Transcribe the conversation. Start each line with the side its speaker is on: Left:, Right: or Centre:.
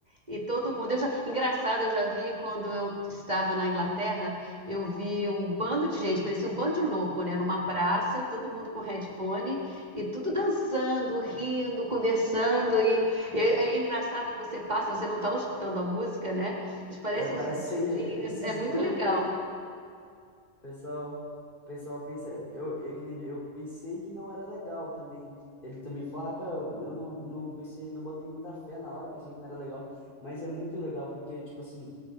Right: e todo mundo. Eu já, engraçado, eu já vi quando eu estava na Inglaterra, eu vi um bando de gente, parecia um bando de louco, né? Numa praça, todo mundo com headphone e tudo dançando, rindo, conversando. E, e é, é engraçado que você passa, você não está escutando a música, né? Eles parecem
Left: É, parece
Right: uns doidinhos.
Left: ser esses
Right: É muito
Left: doidos
Right: legal.
Left: aí, pessoal. O pessoal pensa, eu, eu, que nem ele- eu pensei que não era legal também. Ele também falou, rapaz, eu, eu não, não pensei, não botei muita fé na hora, pensei que não era legal. Mas é muito legal, porque, tipo assim,